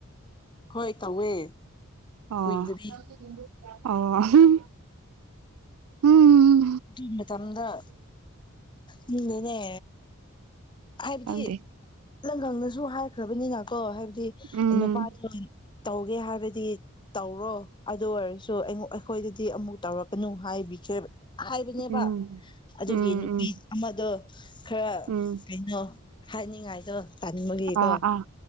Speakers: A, on the left; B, on the right.
A: ꯍꯣꯏ ꯇꯧꯋꯦ
B: ꯑꯣ
A: ꯀꯨꯏꯗꯔꯤ
B: ꯑꯣ ꯎꯍꯨꯝ ꯍꯨꯝ
A: ꯅꯨꯡꯇꯤꯒꯤ ꯃꯇꯝꯗ ꯑꯍꯍ ꯍꯤꯡꯂꯦꯅꯦ ꯍꯥꯏꯕꯗꯤ
B: ꯈꯪꯗꯦ
A: ꯂꯪꯒꯪꯅꯁꯨ ꯍꯥꯏꯈ꯭ꯔꯕꯅꯤꯅ ꯀꯣ ꯍꯥꯏ
B: ꯎꯝ
A: ꯅꯨꯄꯥꯗꯣ ꯇꯧꯒꯦ ꯍꯥꯏꯕꯗꯤ ꯇꯧꯔꯣ ꯑꯗꯨ ꯑꯣꯏꯔꯁꯨ ꯑꯩꯉ ꯑꯩꯈꯣꯏꯗꯗꯤ ꯑꯃꯨꯛ ꯇꯧꯔꯛꯀꯅꯨ ꯍꯥꯏꯕꯤꯈ꯭ꯔꯦ ꯍꯥꯏꯕꯅꯦꯕ
B: ꯎꯝ
A: ꯑꯗꯨꯒꯤ
B: ꯎꯝ
A: ꯅꯨꯄꯤ
B: ꯎꯝ
A: ꯑꯃꯗꯣ ꯈꯔ
B: ꯎꯝ
A: ꯑꯣ ꯍꯥꯏꯅꯤꯡꯉꯥꯏꯗꯣ ꯄꯥꯅꯤꯡꯕꯒꯤꯀꯣ
B: ꯑꯥ ꯑꯥ